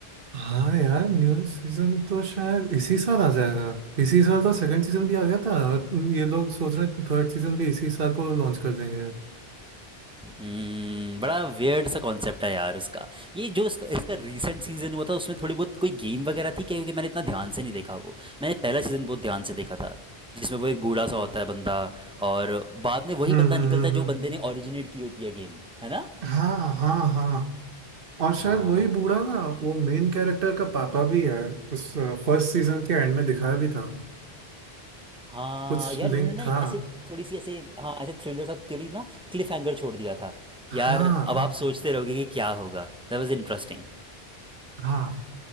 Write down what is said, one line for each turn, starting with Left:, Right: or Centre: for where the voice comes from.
Right: हाँ यार न्यू सीजन तो शायद इसी साल आ जाएगा इसी साल तो सेकंड सीजन भी आ गया था और ये लोग सोच रहे हैं थर्ड सीजन भी इसी साल को लॉन्च कर देंगे हम्म
Centre: हम्म बड़ा वियर्ड सा कॉन्सेप्ट है यार उसका ये जो इसका इसका रीसेंट सीज़न हुआ था उसमें थोड़ी बहुत कोई गेम वगैरह थी क्या क्योंकि मैंने इतना ध्यान से नहीं देखा वो मैंने पहला सीज़न बहुत ध्यान से देखा था जिसमें वो एक बूढ़ा सा होता है बंदा और बाद में वही
Right: हम्म
Centre: बंदा
Right: हम्म
Centre: निकलता है जो
Right: हम्म।
Centre: बंदे ने ओरिजिनेट की होती है गेम है ना
Right: हाँ हाँ हाँ और शायद
Centre: हाँ
Right: वही बूढ़ा ना वो मेन कैरेक्टर का पापा भी है उस फर्स्ट सीजन के एंड में दिखाया भी था
Centre: हाँ
Right: कुछ
Centre: यार
Right: लिंक
Centre: उन्होंने ना
Right: था
Centre: एक ऐसे थोड़ी सी ऐसे हाँ ऐसे थ्रिलर सा थ्योरी ना क्लिफ हैंगर छोड़ दिया था कि यार
Right: हाँ
Centre: अब
Right: हाँ
Centre: आप सोचते रहोगे कि क्या होगा That was interesting
Right: हाँ